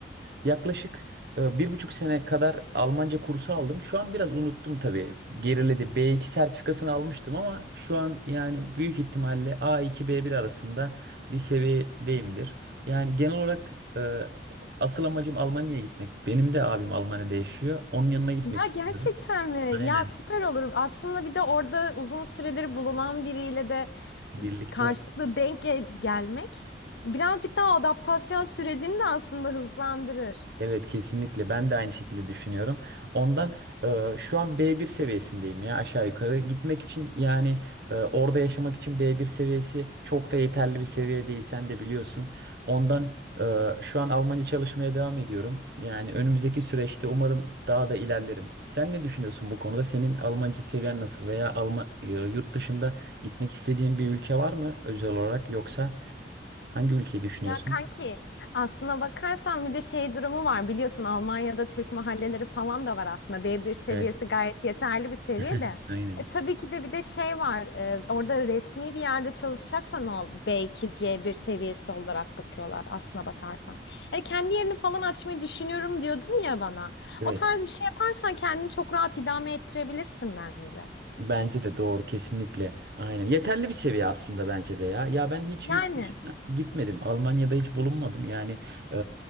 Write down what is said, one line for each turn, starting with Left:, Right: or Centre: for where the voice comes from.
Right: e, yaklaşık e, bir buçuk sene kadar Almanca kursu aldım. Şu an biraz unuttum tabii. Geriledi. B2 sertifikasını almıştım ama şu an yani büyük ihtimalle A2 B1 arasında bir seviyedeyimdir. Yani genel olarak e, asıl amacım Almanya'ya gitmek. Benim de abim Almanya'da yaşıyor. Onun yanına gitmek
Left: Ya
Right: istiyorum.
Left: gerçekten mi?
Right: Aynen.
Left: Ya süper olur. Aslında bir de orada uzun süredir bulunan biriyle de
Right: Birlikte
Left: karşılıklı denk gel- gelmek birazcık daha adaptasyon sürecini de aslında hızlandırır.
Right: Evet kesinlikle ben de aynı şekilde düşünüyorum. Ondan e, şu an B1 seviyesindeyim ya aşağı yukarı. Gitmek için yani e, orada yaşamak için B1 seviyesi çok da yeterli bir seviye değil sen de biliyorsun. Ondan e, şu an Almanca çalışmaya devam ediyorum. Yani önümüzdeki süreçte umarım daha da ilerlerim. Sen ne düşünüyorsun bu konuda? Senin Almanca seviyen nasıl veya Alman e, yurt dışında gitmek istediğin bir ülke var mı özel olarak yoksa hangi ülkeyi düşünüyorsun?
Left: Ya kanki aslına bakarsan bir de şey durumu var biliyorsun Almanya'da Türk mahalleleri falan da var aslında b bir seviyesi
Right: Evet,
Left: gayet yeterli bir seviye
Right: <laughs>
Left: de.
Right: aynen.
Left: E, tabii ki de bir de şey var e, orada resmi bir yerde çalışacaksan o belki c bir seviyesi olarak bakıyorlar aslına bakarsan. Hani kendi yerini falan açmayı düşünüyorum diyordun ya bana
Right: Evet.
Left: o tarz bir şey yaparsan kendini çok rahat idame ettirebilirsin bence.
Right: Bence de doğru kesinlikle. Aynen. Yeterli bir seviye aslında bence de ya. Ya ben hiç
Left: Yani.
Right: yurt dışına gitmedim. Almanya'da hiç bulunmadım. Yani e,